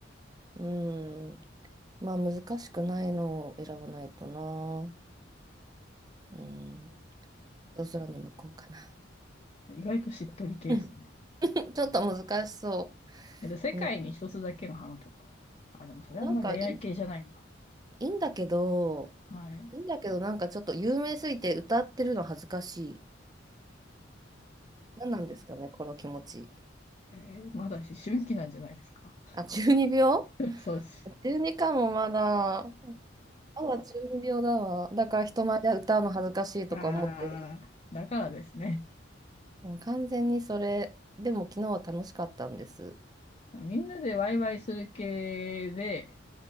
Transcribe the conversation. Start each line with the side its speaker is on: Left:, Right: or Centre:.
Right: うーん、まあ、難しくないのを選ばないとな。うーん、夜空の向こうかな。
Left: 意外としっとり系ですね。
Right: <laughs> ちょっと難しそ
Left: え、で、世界に一つだけの花とか。
Right: う。うん、
Left: あ、でもそれはあんま恋愛系じゃないな。
Right: なんかいい、いいんだけど、
Left: はい。
Right: いいんだけど、なんかちょっと有名すぎて歌ってるの恥ずかしい。何なんですかね、この気持ち。
Left: えーまだ思春期なんじゃないですか。
Right: あ、<laughs> 12秒
Left: <laughs> そうです。
Right: ?12 かもまだ。まだ12秒だわ。だから人前で歌うの恥ずかしいとか思ってる。
Left: あー、だからですね。
Right: もう完全にそれ。でも昨日は楽しかったんです。
Left: みんなでワイワイする系で、